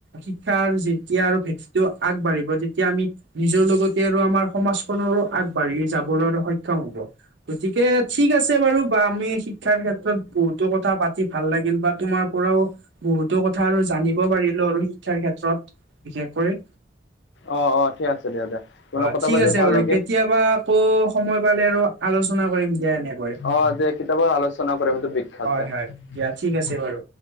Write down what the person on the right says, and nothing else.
শিক্ষাৰ যেতিয়া আৰু ভেটিটো আগবাঢ়িব তেতিয়া আমি নিজৰ লগতে আৰু আমাৰ সমাজখনৰো আগবাঢ়ি যাবলৈ আৰু সক্ষম হ'ব। গতিকে ঠিক আছে বাৰু বা আমি শিক্ষাৰ ক্ষেত্ৰত বহুতো কথা পাতি ভাল লাগিল বা তোমাৰ পৰাও বহুতো কথা আৰু জানিব পাৰিলো আৰু শিক্ষাৰ ক্ষেত্ৰত। বিশেষকৈ
অ
ঠিক
আছে
বাৰু
কেতিয়াবা আকৌ সময় পালে আৰু আলোচনা কৰিম দিয়া এনেকৈ।
হয় হয় দিয়া ঠিক আছে বাৰু